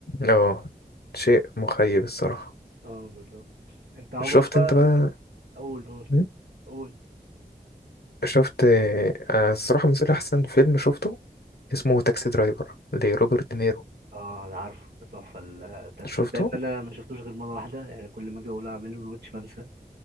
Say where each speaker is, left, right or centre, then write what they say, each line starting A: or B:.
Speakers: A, on the left; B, on the right.
A: اه شيء مخيب الصراحة
B: اه بالظبط انت عمرك
A: شفت
B: بقى
A: انت بقى
B: قول قول
A: م?
B: قول
A: شفت آه، الصراحة بالنسبة لي أحسن فيلم شفته اسمه تاكسي درايفر لروبرت دينيرو
B: اه انا عارفه ده تحفه ال- ده تصدق
A: شفته
B: ان انا ما شفتوش غير مره واحده يعني كل ما اجي اقول اعمله الواتش بنسى